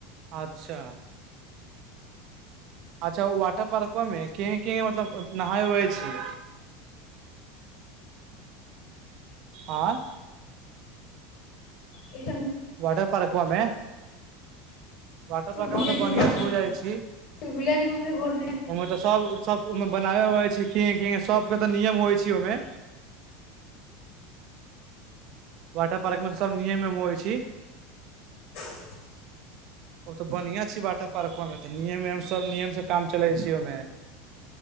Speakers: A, on the right; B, on the left.
A: अच्छा अच्छा ओ वाटर पार्को मे के के मतलब नहाय हुआई छै आँय
B: एकदम <inaudible>
A: वाटर पार्कमे वाटर पार्का
B: गुलेमे
A: मे तऽ बढ़िआं
B: घुर
A: से हो जाइ छी
B: फिर गुलेमे मम्मी घुर रही
A: ओहिमे तऽ सब सब ओ बनाबे होै छै केहे केहे सबके तऽ नियम होइ छै ओहिमे वाटर पार्क मे तऽ सब नियम ए होइ छै
B: <inaudible>
A: ओ तऽ बढ़ियां छै वाटर पार्को मे तऽ नियम उयम सब नियम से काम चले छै ओमे